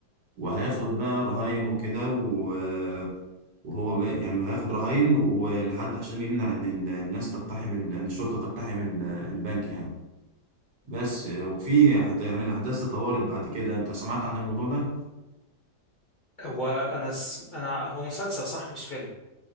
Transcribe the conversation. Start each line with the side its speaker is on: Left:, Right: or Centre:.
Right: وهياخد بقى رهاين وكده و- وهو بقى يعني هياخد رهاين ولحد عشان يمنع ان ال- الناس تقتحم ال- ان الشرطة تقتحم ال- البنك يعني بس وفي حتى يعني الاحداث تطورت بعد كده انت سمعت عن الموضوع ده؟
Left: هو انا س... انا هو مسلسل صح مش فيلم